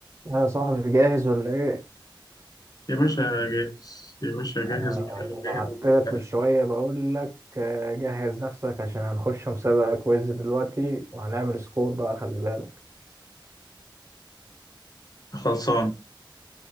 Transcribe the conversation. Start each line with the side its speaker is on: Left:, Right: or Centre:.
Right: يا صاحبي جاهز ولا ايه
Left: يا باشا جاهز يا باشا جاهز
Right: انا
Left: وجاهز
Right: بعت
Left: وجاهز.
Right: لك من شويه بقول لك آه، جهز نفسك عشان هنخش مسابقه كويز دلوقتي وهنعمل سكور بقى خلي بالك
Left: خلصان